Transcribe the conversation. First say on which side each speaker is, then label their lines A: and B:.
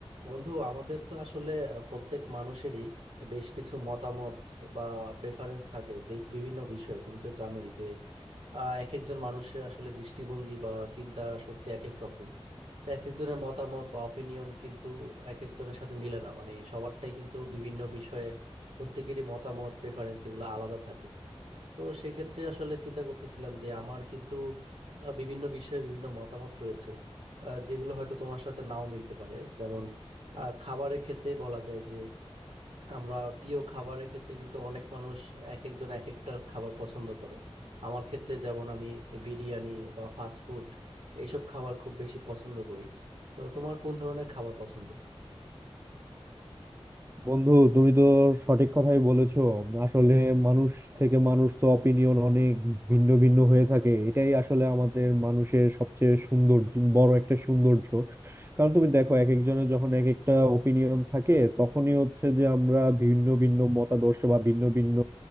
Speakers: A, on the right; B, on the right.
A: বন্ধু আমাদের তো আসলে প্রত্যেক মানুষেরই বেশ কিছু মতামত বা প্রেফারেন্স থাকে বি- বিভিন্ন বিষয়ে তুমি তো জানোই যে আহ, এক একজন মানুষের আসলে দৃষ্টিভঙ্গি বা চিন্তা শক্তি এক এক রকম তো এক একজনের মতামত বা অপিনিয়ন কিন্তু এক একজনের সাথে মিলে না মানে সবারটাই কিন্তু বিভিন্ন বিষয়ে প্রত্যেকেরই মতামত প্রেফারেন্স এগুলো আলাদা থাকে তো সেক্ষেত্রে আসলে চিন্তা করতেছিলাম যে আমার কিন্তু আহ, বিভিন্ন বিষয়ে বিভিন্ন মতামত রয়েছে আহ, যেগুলো হয়তো তোমার সাথে নাও মিলতে পারে যেমন আহ, খাবারের ক্ষেত্রে বলা যায় যে আমরা প্রিয় খাবারের ক্ষেত্রে কিন্তু অনেক মানুষ এক একজন এক একটা খাবার পছন্দ করে আমার ক্ষেত্রে যেমন আমি বিরিয়ানি বা ফাস্ট ফুড এইসব খাবার খুব বেশি পছন্দ করি তো তোমার কোন ধরনের খাবার পছন্দ
B: বন্ধু তুমি তো সঠিক কথাই বলেছো আসলে মানুষ থেকে মানুষ তো অপিনিয়ন অনেক ভিন্ন ভিন্ন হয়ে থাকে এটাই আসলে আমাদের মানুষের সবচেয়ে সুন্দর বড় একটা সৌন্দর্য কারণ তুমি দেখো এক একজনের যখন এক একটা ওপিনিয়ন থাকে তখনই হচ্ছে যে আমরা ভিন্ন ভিন্ন মতাদর্শ বা ভিন্ন ভিন্ন